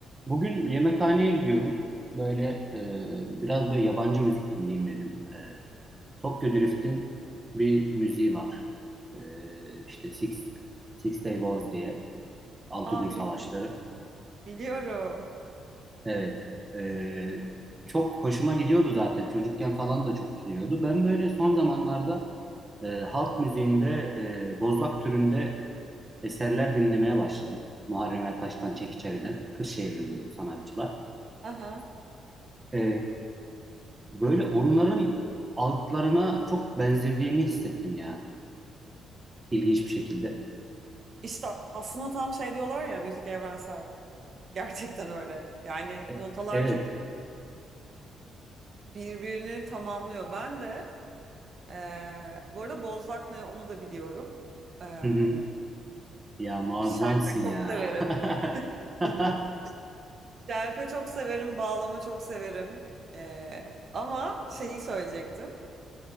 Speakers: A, on the right (about 20°); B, on the right (about 50°).
A: Bugün yemekhaneye gidiyorum. Böyle e, biraz böyle yabancı müzik dinleyeyim dedim. E, Tokyo Drift'in bir müziği var. E, işte Six, Six Day Wars diye. Altı
B: Aa
A: gün
B: bili-
A: savaşları.
B: biliyorum.
A: Evet. E, çok hoşuma gidiyordu zaten. Çocukken falan da çok gidiyordu. Ben böyle son zamanlarda e, halk müziğinde e, bozlak türünde eserler dinlemeye başladım. Muharrem Ertaş'tan, Çekiçeri'den. Kırşehirli bu sanatçılar.
B: Aha.
A: E, Böyle onların altlarına çok benzediğini hissettim ya. İlginç bir şekilde.
B: İşte aslında tam şey diyorlar ya müzik evrensel. Gerçekten öyle. Yani
A: E-
B: notalar
A: evet.
B: çok birbirini tamamlıyor. Ben de eee bu arada Bozlak ne onu da biliyorum. Eee
A: Hı hı. Ya muazzamsın
B: şarkı
A: ya.
B: çok severim.
A: <laughs>
B: <laughs>
A: Hı
B: şerpe çok severim, bağlama çok severim. Ee, ama şeyi söyleyecektim.